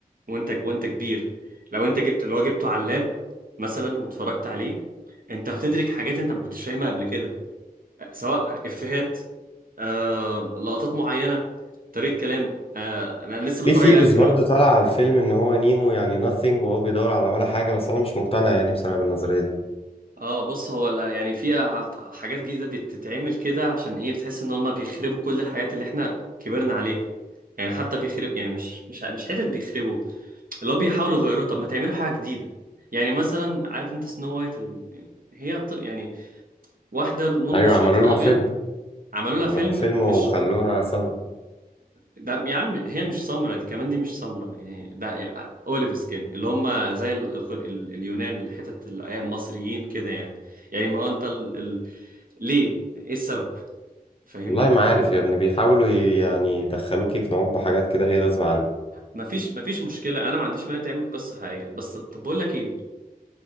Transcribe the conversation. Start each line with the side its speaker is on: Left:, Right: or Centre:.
Right: وانت وانت كبير لو انت جبت اللي هو جبته على اللاب مثلا واتفرجت عليه انت هتدرك حاجات انت ما كنتش فاهمها قبل كده سواء افيهات آه لقطات معينه طريقه كلام آه انا لسه متفرج
Left: في سيريز
Right: عليه على فكره
Left: برضو
Right: من...
Left: طالع على الفيلم إن هو نيمو يعني nothing وهو بيدور على ولا حاجة بس أنا مش مقتنع يعني بصراحة بالنظرية دي
Right: اه بص هو ال- يعني في حاجات جديده بتتعمل كده عشان ايه بتحس ان هم بيخربوا كل الحاجات اللي احنا كبرنا عليها يعني حتى بيخرب يعني مش مش مش حته بيخربوا اللي هو بيحاولوا يغيروه طب ما تعملوا حاجه جديده يعني مثلا عارف انت سنو وايت ال... هي ط... يعني واحدة لون
Left: أيوة
Right: بشرتها
Left: عملوا لها
Right: أبيض
Left: فيلم
Right: عملوا لها
Left: عملوا
Right: فيلم
Left: لها فيلم
Right: مش
Left: وخلوها صم
Right: ده يا عم هي مش سمرة دي كمان دي مش سمرة يعني ده يعني أوليف سكين اللي هم زي ال... ال... اليونان الحتت ال- آه المصريين كده يعني يعني ما هو أنت ال... ال... ليه إيه السبب فاهمني
Left: والله ما عارف يا ابني بيحاولوا ي- يعني يدخلوك يقنعوك بحاجات كده إيه غصب عنك
Right: مفيش مفيش مشكلة أنا ما عنديش مانع تعمل قصة حقيقية بس طب بقول لك إيه